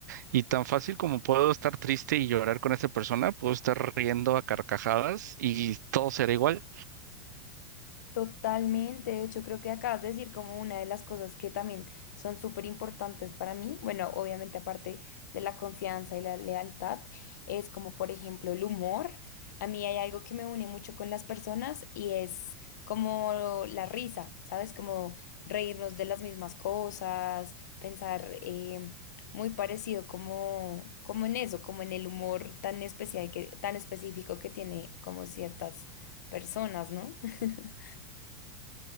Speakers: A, on the right (about 80°); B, on the left (about 80°).
A: y tan fácil como puedo estar triste y llorar con esa persona, puedo estar riendo a carcajadas y todo será igual.
B: Totalmente, de hecho creo que acabas de decir como una de las cosas que también son súper importantes para mí, bueno, obviamente aparte de la confianza y la lealtad, es como por ejemplo el humor. A mí hay algo que me une mucho con las personas y es como la risa, ¿sabes? Como reírnos de las mismas cosas, pensar eh, muy parecido como, como en eso, como en el humor tan especial que, tan específico que tiene como ciertas personas, ¿no? <laughs>